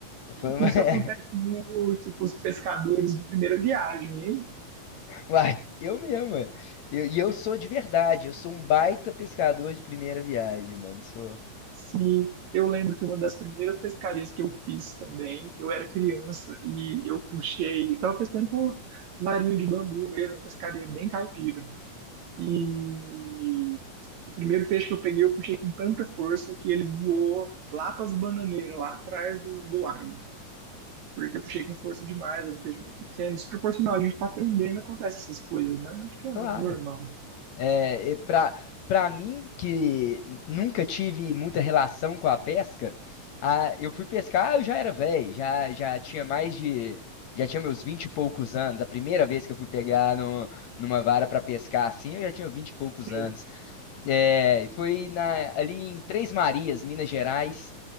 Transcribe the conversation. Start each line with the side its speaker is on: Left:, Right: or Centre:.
Left: Foi uma...
Right: Isso
Left: <laughs>
Right: acontece muito com os pescadores de primeira viagem, hein?
Left: Uai, eu mesmo, velho. Eu- E eu, sou de verdade, eu sou um baita pescador de primeira viagem, mano. Sou.
Right: Sim, eu lembro que uma das primeiras pescarias que eu fiz também, eu era criança e eu puxei, estava pescando com larinha de bambu mesmo, uma pescaria bem caipira. E o primeiro peixe que eu peguei, eu puxei com tanta força que ele voou lá para as bananeiras, lá atrás do, do lago. Porque eu puxei com força demais, era um peixe muito pequeno, desproporcional. A gente está aprendendo, acontece essas coisas, né? Acho que é
Left: Claro.
Right: normal.
Left: É, e pra, pra mim, que n- nunca tive muita relação com a pesca, a, eu fui pescar, eu já era velho, já, já tinha mais de. Já tinha meus vinte e poucos anos. A primeira vez que eu fui pegar no, numa vara pra pescar assim, eu já tinha vinte e poucos
Right: Sim.
Left: anos. É, e foi na, ali em Três Marias, Minas Gerais,